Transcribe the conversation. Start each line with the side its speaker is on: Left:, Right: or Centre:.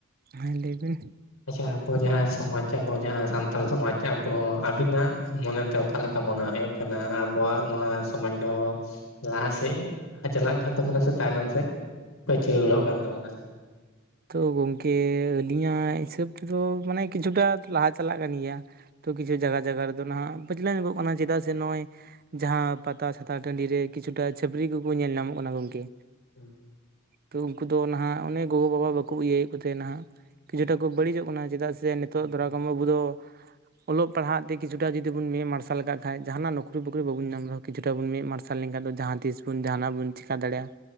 Right: ᱦᱮᱸ ᱞᱟᱹᱭᱵᱤᱱ
Left: ᱟᱪᱷᱟ ᱟᱵᱚ ᱡᱟᱦᱟᱸ ᱥᱚᱢᱟᱡᱽ ᱟᱵᱚ ᱡᱟᱦᱟᱸ ᱥᱟᱱᱛᱟᱲ ᱥᱚᱢᱟᱡᱽ ᱟᱵᱚ ᱟᱵᱤᱱᱟᱜ ᱢᱚᱱᱮᱛᱮ ᱚᱠᱟᱞᱮᱠᱟ ᱢᱚᱱᱮ ᱦᱩᱭᱩᱜ ᱠᱟᱱᱟ ᱟᱵᱚᱣᱟᱜ ᱱᱚᱣᱟ ᱥᱚᱢᱟᱡᱽ ᱫᱚ ᱞᱟᱦᱟᱥᱮ ᱪᱟᱞᱟᱜ ᱠᱟᱱ ᱛᱟᱵᱚᱱᱟ ᱥᱮ ᱛᱟᱭᱱᱚᱢ ᱥᱮᱫ ᱯᱟᱹᱪᱨᱣᱟᱹᱲᱚᱜ ᱠᱟᱱ ᱛᱟᱵᱚᱱᱟ?
Right: ᱛᱳ ᱜᱚᱢᱠᱮ ᱟᱹᱞᱤᱧᱟᱜ ᱦᱤᱥᱟᱹᱵ ᱛᱮᱫᱚ ᱢᱟᱱᱮ ᱠᱤᱪᱷᱩᱴᱟ ᱞᱟᱦᱟ ᱪᱟᱞᱟᱜ ᱠᱟᱱ ᱜᱮᱭᱟ᱾ ᱛᱚ ᱠᱤᱪᱷᱩ ᱡᱟᱜᱟ ᱡᱟᱜᱟ ᱨᱮᱫᱚ ᱱᱟᱦᱟᱜ ᱯᱟᱹᱪᱞᱟᱹᱣ ᱧᱚᱜᱚᱜ ᱠᱟᱱᱟ, ᱪᱮᱫᱟᱜ ᱥᱮ ᱱᱚᱜᱼᱚᱭ ᱡᱟᱦᱟᱸ ᱯᱟᱛᱟ ᱪᱷᱟᱛᱟ ᱴᱟᱹᱰᱤ ᱨᱮ ᱠᱤᱪᱷᱩᱴᱟ ᱪᱷᱟᱹᱯᱨᱤ ᱠᱚᱠᱚ ᱧᱮᱞ ᱧᱟᱢᱚᱜ ᱠᱟᱱᱟ ᱜᱚᱢᱠᱮ,
Left: <inaudible>
Right: ᱛᱚ ᱩᱱᱠᱩ ᱫᱚ ᱱᱟᱦᱟᱜ ᱚᱱᱮ ᱜᱚᱜᱚ ᱵᱟᱵᱟ ᱵᱟᱠᱚ ᱤᱭᱟᱹᱭᱮᱫ ᱠᱚᱛᱮ ᱱᱟᱦᱟᱜ ᱠᱤᱪᱷᱩᱴᱟ ᱠᱚ ᱵᱟᱹᱲᱤᱡᱚᱜ ᱠᱟᱱᱟ ᱪᱮᱫᱟᱜ ᱥᱮ ᱱᱤᱛᱚᱜ
Left: ᱦᱳᱭ
Right: ᱫᱷᱚᱨᱟ ᱠᱚᱢ ᱟᱵᱚ ᱫᱚ
Left: <inaudible>
Right: ᱚᱞᱚᱜ ᱯᱟᱲᱦᱟᱜ ᱛᱮ ᱠᱤᱪᱷᱩᱴᱟ ᱡᱩᱫᱤ ᱵᱩᱱ ᱢᱮᱫ ᱢᱟᱨᱥᱟᱞ ᱠᱟᱜ ᱠᱷᱟᱡ ᱡᱟᱦᱟᱱᱟᱜ ᱱᱚᱠᱨᱤᱵᱩᱠᱨᱤ ᱵᱟᱵᱚᱱ ᱧᱟᱢ ᱨᱮᱦᱚᱸ ᱠᱤᱪᱷᱩᱴᱟ ᱵᱩᱱ ᱢᱮᱫ ᱢᱟᱨᱥᱟᱞ ᱡᱟᱦᱟᱸ ᱛᱤᱥ ᱵᱚᱱ ᱡᱟᱦᱟᱱᱟᱜ ᱵᱚᱱ ᱪᱮᱠᱟ ᱫᱟᱲᱮᱭᱟᱜᱼᱟ᱾